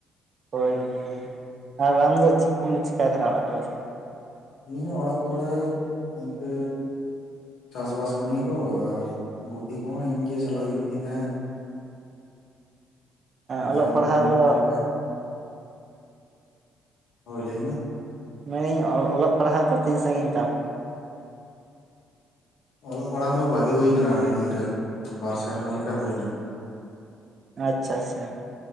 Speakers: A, on the right; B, on the left.
A: ᱦᱳᱭ, ᱟᱨ ᱟᱢ ᱫᱚ ᱪᱤᱫ? ᱠᱚᱢ ᱪᱤᱠᱟᱭ ᱛᱟᱦᱚᱞᱮ, ᱚᱲᱟᱜ ᱠᱚᱨᱮ ᱾
B: ᱤᱧᱦᱚ, ᱸ ᱚᱲᱟᱜ ᱠᱚᱨᱮ ᱤᱱᱠᱟᱹ ᱪᱟᱥᱵᱟᱥ ᱠᱟᱹᱢᱤ ᱠᱚ, ᱟᱨ ᱜᱩᱯᱤ ᱠᱚᱦᱚᱸ, ᱤᱧ ᱜᱮ ᱪᱟᱞᱟᱜ ᱦᱩᱭᱩᱜ, ᱛᱤᱧ ᱛᱟᱦᱮᱸᱫ ᱾ ᱢᱮᱨᱚᱢ
A: ᱚᱞᱚᱜ ᱯᱟᱲᱦᱟᱣ
B: ᱠᱚ, ᱢᱮᱱᱟᱜ
A: ᱫᱚ
B: ᱠᱚ ᱛᱟᱞᱮᱭᱟ ᱾ ᱦᱳᱭ, ᱞᱟᱹᱭ ᱢᱮ ᱾
A: ᱢᱮᱱᱤᱧ, ᱚᱼᱚᱞᱚᱜ ᱯᱟᱲᱦᱟᱣ ᱫᱚ ᱛᱤᱱ ᱥᱟᱺᱜᱤᱧ ᱛᱟᱢ?
B: ᱚᱞᱚᱜ ᱯᱟᱲᱦᱟᱜ ᱫᱚ, ᱵᱟᱜᱤ ᱦᱩᱭ ᱟᱠᱟᱱᱟ, ᱟᱹᱰᱤ ᱫᱤᱱ ᱨᱮ, ᱵᱟᱨ ᱥᱮᱨᱢᱟ ᱞᱮᱠᱟ ᱦᱩᱭ ᱮᱱᱟ ᱾
A: ᱟᱪᱪᱷᱟ, ᱟᱪᱪᱷᱟ ᱾